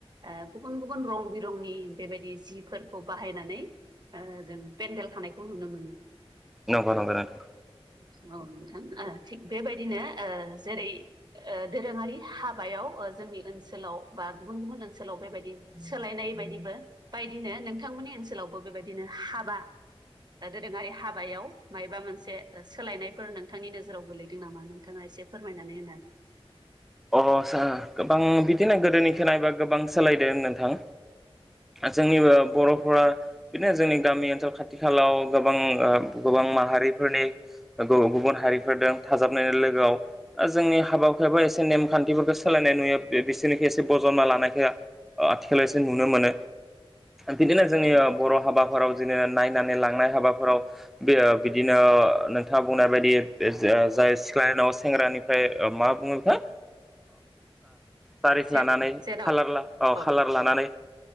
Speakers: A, on the right; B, in the centre.
A: ओ गुबुन गुबुन रं बिरंनि बेबायदि जिफोरखौ बाहायनानै जों पेडेल खानायखौ नुनो मोनो।
B: नंगौ नंगौ नों
A: औ नोंथां थिग बेबायदिनो जेरै दोरोङारि हाबायाव जों नि ओनसोलाव बा गुबुन गुबुन ओनसोलाव बेबायदि सोलायनाय बायदिबो बायदिनो नोंथांमोननि ओनसोलावबो बेबायदिनो हाबा दोरोङारि हाबायाव मायबा मोनसे सोलायनायफोर नोंथांनि नोजोराव गोलैदों नामा नोंथाङा एसे फोरमायनानै होनो
B: अ सार गोबां बिदिनो गोदोनि खोनायोबा गोबां सोलायदों नोंथां। जोंनिबो बर'फोरा बिदिनो जोंनि गामि ओनसोल खाथि खालाव गोबां गोबां माहारिफोरनि गुबुन हारि थाजाबनाय लोगो जोंनि हाबाफ्राबो एसे नेमखान्थिफोरखौ सोलायनाय नुयो बिसोरनिखो एसे बजनना लानायखो आथिखालायसो नुनो मोनो
A: नोंथां।
B: बिदिनो जोंनि बर' हाबाफोराव बिदिनो नायनानै लांनाय हाबाफोराव बे बिदिनो नोंथाङा बुंनाय बायदि जाय सिख्ला नाव सेंग्रानिफ्राय मा बुङो हो थारिख
A: जे
B: लानानै
A: जेराव
B: खााल
A: औ
B: खाालार लानानै